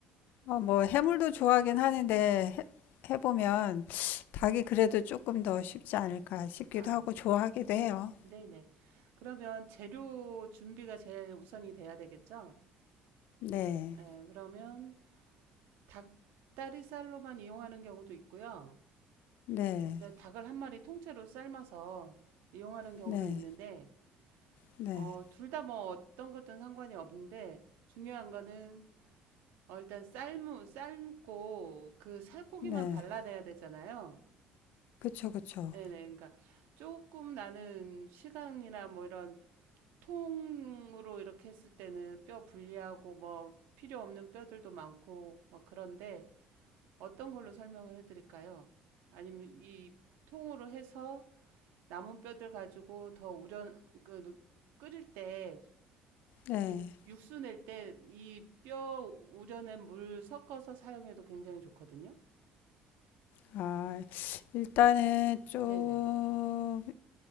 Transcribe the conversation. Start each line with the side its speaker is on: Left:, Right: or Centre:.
Left: 어, 뭐 해물도 좋아하긴 하는데 해, 해보면 닭이 그래도 조금 더 쉽지 않을까 싶기도
Right: 아,
Left: 하고 좋아하기도 해요.
Right: 네네. 그러면 재료 준비가 제일 우선이 돼야 되겠죠?
Left: 네,
Right: 예, 그러면 닭다리살로만 이용하는 경우도 있고요.
Left: 네,
Right: 네, 닭을 한 마리 통째로 삶아서 이용하는 경우도
Left: 네,
Right: 있는데,
Left: 네,
Right: 어, 둘 다 뭐 어떤 것든 상관이 없는데, 중요한 거는, 어, 일단 삶, 삶고 그 살코기만
Left: 네.
Right: 발라내야 되잖아요.
Left: 그쵸, 그쵸.
Right: 네네. 그러니까 조금 나는 시간이나 뭐 이런 통으로 이렇게 했을 때는 뼈 분리하고 뭐 필요 없는 뼈들도 많고 뭐 그런데 어떤 걸로 설명을 해드릴까요? 아니면 이 통으로 해서 남은 뼈들 가지고 더 우려 그 끓일 때
Left: 네.
Right: 육, 육수 낼 때 이 뼈 우려낸 물 섞어서 사용해도 굉장히 좋거든요.
Left: 아, 일단은 좀
Right: 네네.